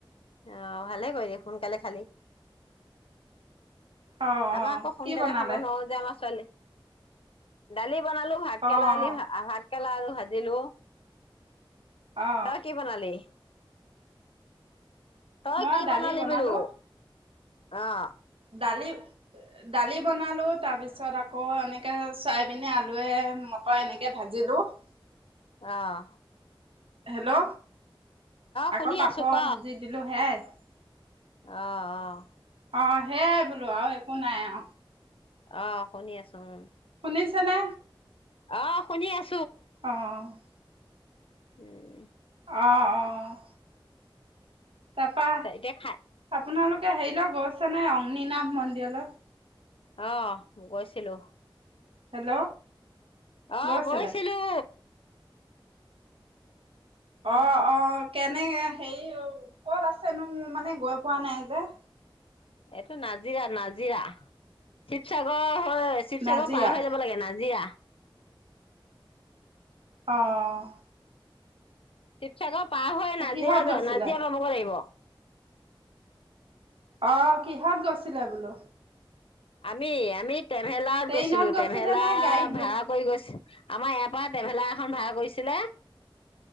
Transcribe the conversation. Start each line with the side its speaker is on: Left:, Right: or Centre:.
Left: আহ ভালে কৰি দে সোনকালে খালি
Right: অ
Left: আমাৰ
Right: অ
Left: আকৌ সোনকালে
Right: কি বনালে
Left: খাব নোৱাৰো যে আমাৰ ছোৱালী ডালি <unintelligible>
Right: অ অ
Left: কেৰলা আৰু ভাজিলো।
Right: অ
Left: তই কি বনালি? তই
Right: মই
Left: কি বনালি
Right: দালি বনালো
Left: বুলো? অ'।
Right: দালি- দালি বনালোঁ তাৰপিছত আকৌ এনেকে ছয়াবিনে আলুৱে মটৰে এনেকে ভাজিলো ।
Left: অহ।
Right: হেল্ল'। আকৌ
Left: শুনি
Right: পাপৰ
Left: আছো ক
Right: ভাজি দিলো সেয়াই ।
Left: অ' অ'।
Right: অ' সেইয়াই বুলো আৰু একো নাই অ'।
Left: অ' শুনি আছো উম।
Right: শুনিছানে?
Left: অ শুনি আছো।
Right: অ'।
Left: উম।
Right: অ' অ'। তাৰপা,
Left: এতিয়া খাই
Right: আপোনালোকে হেৰি লৈ গৈছেনে অং নীনাভ মন্দিৰলৈ।
Left: অহ গৈছিলো।
Right: হেল্ল'।
Left: অ'
Right: গৈছিলে?
Left: গৈছিলো।
Right: অ' অ' কেনেকে হেৰি কত আছিনো ম - মানে গৈ পোৱা নাই যে।
Left: এইটো নাজিৰা নাজিৰা শিৱসাগৰ। শিৱসাগৰ
Right: নাজিৰা
Left: পাৰ হৈ যাব লাগে নাাজিৰা।
Right: অ'।
Left: শিৱসাগৰ পাৰ হৈ নাজিৰা
Right: কিহত গৈছিলে?
Left: যা - নাজিৰা পাবকৈ লাগিব।
Right: অ' কিহত গৈছিলে বুলো?
Left: আমি আমি ট্ৰেভেলাৰত
Right: ট্ৰেইনত
Left: গৈছিলো।
Right: গৈছিলে
Left: ট্ৰেভেলাৰ
Right: নে গাড়ীত
Left: ভাড়া
Right: গৈছিল?
Left: কৰি গৈছ আমাৰ ইয়া পৰা ট্ৰেভেলাৰ এখন ভাড়া কৰিছিলে।